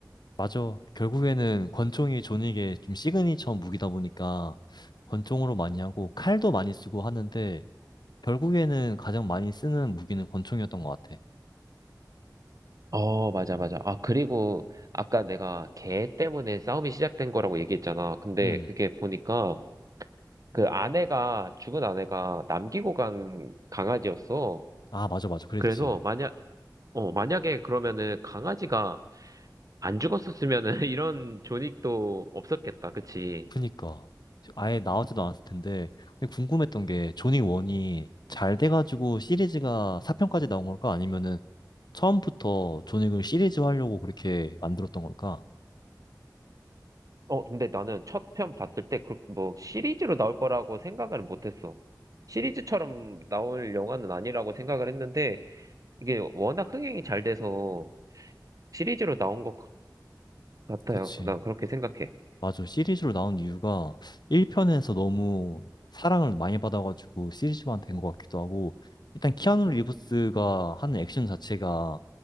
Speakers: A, on the left; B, on the right.
A: 맞아. 결국에는 권총이 존윅의 좀 시그니처 무기다 보니까 권총으로 많이 하고 칼도 많이 쓰고 하는데 결국에는 가장 많이 쓰는 무기는 권총이었던 것 같아.
B: 어, 맞아, 맞아. 아, 그리고 아까 내가 걔 때문에 싸움이 시작된 거라고 얘기했잖아. 근데
A: 음.
B: 그게 보니까 그 아내가, 죽은 아내가 남기고 간 강아지였어.
A: 아, 맞아, 맞아. 그랬지.
B: 그래서 만약, 어, 만약에 그러면은 강아지가 안 죽었었으면은 <laughs> 이런 존익도 없었겠다. 그치?
A: 그니까 아예 나오지도 않았을 텐데 근데 궁금했던 게 조니 원이 잘 돼가지고 시리즈가 4편까지 나온 걸까? 아니면은 처음부터 조닉을 시리즈 하려고 그렇게 만들었던 걸까?
B: 어, 근데 나는 첫 편 봤을 때 그 뭐 시리즈로 나올 거라고 생각을 못 했어. 시리즈처럼 나올 영화는 아니라고 생각을 했는데 이게 워낙 흥행이 잘 돼서 시리즈로 나온 것 같- 같아요.
A: 그치.
B: 난 그렇게 생각해.
A: 맞아. 시리즈로 나온 이유가 1편에서 너무 사랑을 많이 받아가지고 시리즈만 된 것 같기도 하고 일단 키아누
B: 음.
A: 리브스가 하는 액션 자체가